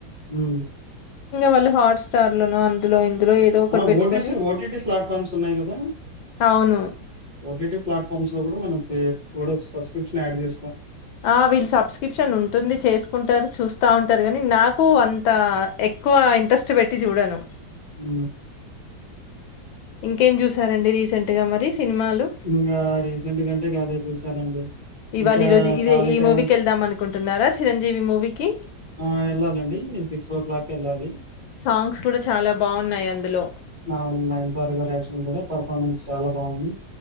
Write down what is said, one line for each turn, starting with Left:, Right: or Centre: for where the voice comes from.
Right: హు
Left: వాళ్ళు హాట్ స్టార్ ల నో అందులో ఇందులో ఏదో ఒకటి
Right: ఆ
Left: పెట్టుకొని
Right: ఓటీసి ఓటీటి ప్లాట్ఫార్మ్స్ ఉన్నాయి కదా
Left: అవును.
Right: ఓటీటీ ప్లాట్ఫామ్స్ లో కూడా మనో సబ్స్క్రిప్షన్ యాడ్ చే
Left: ఆ వీళ్ళు సబ్స్క్రిప్షన్ ఉంటుంది చేసుకుంటారు చూస్ స్తా ఉంటరు గని నాకు అంత ఎక్కువ ఇంట్రెస్ట్ పెట్టి చూడను
Right: ఉ
Left: ఇంకేం చూసారండి రీసెంట్ గా మరి సినిమాలు?
Right: ఇంకా రీసెంట్ కంటే కదే చూసానండి
Left: ఇవాళ,
Right: ఇంకా
Left: ఈరోజు ఇదే
Right: ఖాళీ
Left: ఈ
Right: టైం
Left: మూవీకెళ్దాం అనుకుంటున్నారా 'చిరంజీవి' మూవీకి?
Right: ఆ వెళ్ళాలండి సిక్స్ ఓ క్లాక్ ఎళ్ళాలి
Left: సాంగ్స్ కూడా చాలా బాగున్నాయి అందులో
Right: నా ఉ నయనతార యాక్షన్ కూడా పర్ఫార్మెన్స్ చాలా బాగుంది